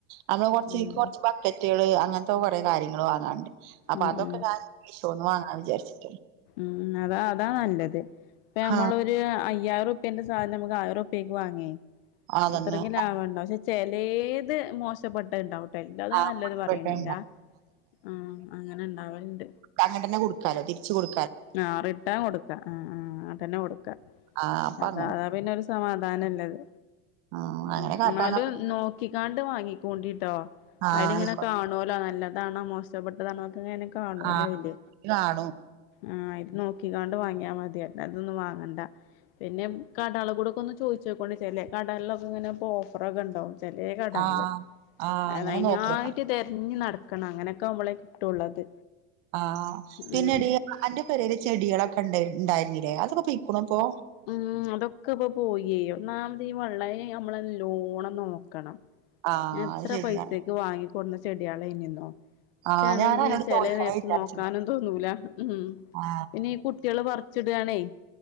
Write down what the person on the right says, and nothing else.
നമ്മള് കൊറച്ച്
ഇന്ക്ക് കൊറച്ച് ബക്കറ്റേള് അങ്ങനത്തെ കുറെ കാര്യങ്ങൾ വാങ്ങാണ്ട് അപ്പൊ
അതൊക്കെ
ഞാന് മീഷോന്ന് വാങ്ങാന്ന് വിചാരിച്ച്
ആഹ്
അതന്നെ
ആ
പുൽപെട്ടണ്ടാവും
അങ്ങട്ടെന്നെ കൊട്ക്കാലോ തിരിച്ച് കൊട്
ആ അപ്പൊ
അങ്ങനെ
ആ അങ്ങനെ
കാട്ടാന്ന
ആ
ആയിക്കോട്ടെ
ആ അവര് കാണും
ആ ആ
അങ്ങനെ നോക്കിയോക്കണം
ആഹ പിന്നെടി
ആന്റെ പേരൽ ചെടികളൊക്കെ ഇണ്ട ഉണ്ടായിരുന്നില്ലേ അതൊക്കെ വിക്കണ ഇപ്പോ
ആ
അത് ശരിയാ
ആ ഞാൻ അന്നോട്
ചോദിക്കണം
വിചാരിച്ചു
ആ